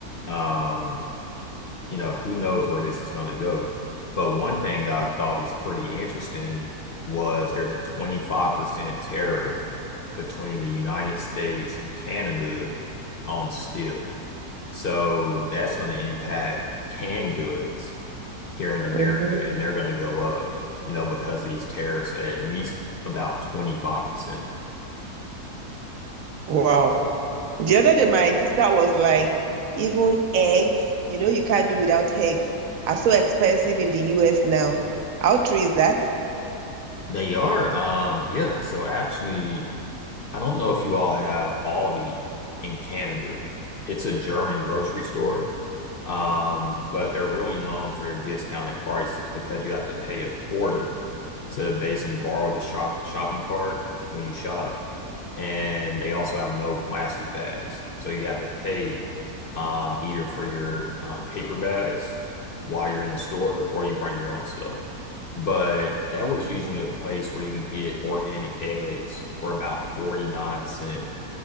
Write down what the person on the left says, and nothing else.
um, you know, who knows where this is going to go. But one thing that I thought was pretty interesting was there's a 25% tariff between the United States and Canada on steel. So that's going to impact canned goods here in America,
and they're going to go up, you know, because of these tariffs at least about 25%.
They are, um, yeah. So actually, I don't know if you all have Aldi in Canada. It's a German grocery store, um, but they're really known for their discounted prices because you have to pay a quarter to basically borrow the shop shopping cart when you shop and they also have no plastic bags. So you have to pay um, either for your um, paper bags while you're in the store or you bring your own stuff. But that was usually a place where you can get organic eggs for about 49 cents